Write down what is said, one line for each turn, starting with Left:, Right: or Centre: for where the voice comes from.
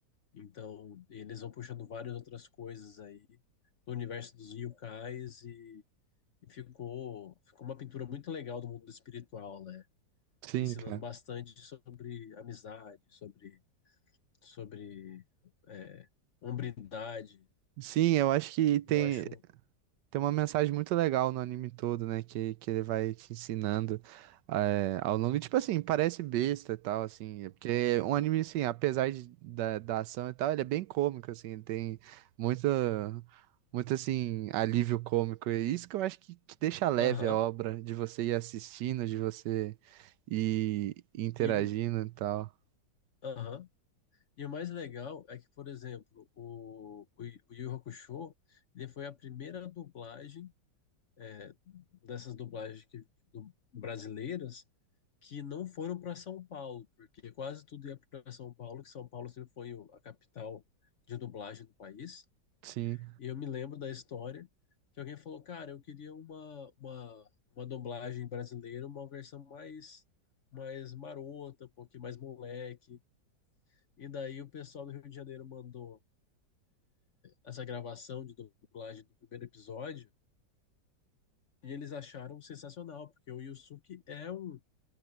Left: Então, eles vão puxando várias outras coisas aí do universo dos yokais e, e ficou, ficou uma pintura muito legal do mundo espiritual, né?
Right: sim,
Left: ensinando
Right: cara.
Left: bastante sobre amizade, sobre, sobre é, hombridade.
Right: Sim, eu acho que tem.
Left: Eu acho.
Right: Tem uma mensagem muito legal no anime todo, né? Que, que ele vai te ensinando é, ao longo. Tipo assim, parece besta e tal, assim. é Porque um anime, assim, apesar de, da, da ação e tal, ele é bem cômico, assim. Ele tem muito, muito, assim, alívio cômico. E é isso que eu acho que, que deixa leve
Left: Aham.
Right: a obra, de você ir assistindo, de você ir interagindo
Left: E, o-
Right: e tal.
Left: aham. E o mais legal é que, por exemplo, o, o, Yu- o Yu Hakusho, ele foi a primeira dublagem é, dessas dublagens que, do- brasileiras que não foram para São Paulo, porque quase tudo ia para São Paulo, que São Paulo sempre foi o- a capital de dublagem do país.
Right: Sim,
Left: E eu me lembro da história que alguém falou, cara, eu queria uma, uma, uma dublagem brasileira, uma versão mais, mais marota, um pouquinho mais moleque. E daí o pessoal do Rio de Janeiro mandou essa gravação de dublagem do primeiro episódio e eles acharam sensacional, porque o Yusuke é um,